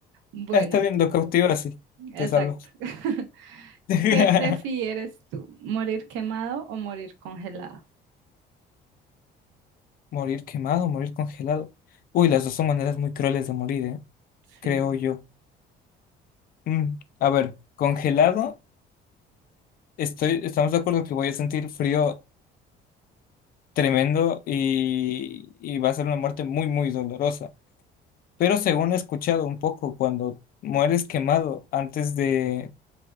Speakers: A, on the right (about 80°); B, on the left (about 50°).
A: Bueno,
B: Ah, Está bien, lo cautivo así.
A: exacto.
B: Te salvas.
A: <laughs>
B: <laughs>
A: ¿Qué prefieres tú? ¿Morir quemado o morir congelado?
B: Morir quemado, morir congelado. Uy, las dos son maneras muy crueles de morir, ¿eh?
A: Sí.
B: Creo yo. Mm, A ver, congelado, estoy, estamos de acuerdo que voy a sentir frío tremendo y, y va a ser una muerte muy, muy dolorosa. Pero según he escuchado un poco, cuando mueres quemado antes de,